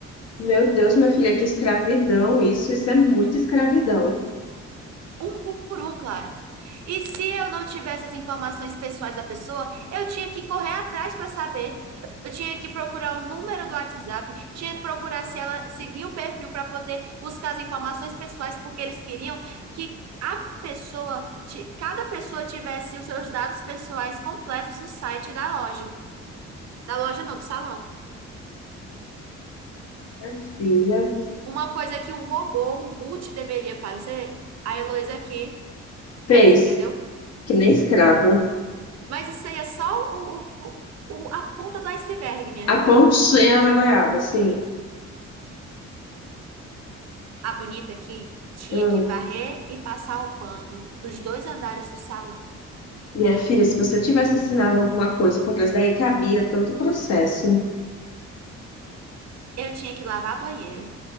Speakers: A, on the left; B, on the right.
A: Meu Deus, minha filha, que escravidão isso. Isso é muito escravidão.
B: Um por um, Clara. E se eu não tivesse as informações pessoais da pessoa, eu tinha que correr atrás para saber. Eu tinha que procurar o número do WhatsApp, tinha que procurar se ela seguia o perfil para poder buscar as informações pessoais, porque eles queriam que a pessoa, ti- cada pessoa tivesse os seus dados pessoais completos no site da loja. Da loja não, do salão.
A: Minha filha
B: Uma coisa que um robô, um boot deveria fazer, a Heloísa aqui
A: fez,
B: fez, entendeu?
A: que nem escrava,
B: Mas isso aí é só o, o- o- a ponta do iceberg, minha
A: a
B: filha.
A: pontinha na goiaba, assim.
B: A bonita aqui tinha
A: Hum,
B: que varrer e passar o pano dos dois andares do salão.
A: minha filha, se você tivesse assinado alguma coisa contra isso, daí cabia tanto processo.
B: Eu tinha que lavar banheiro.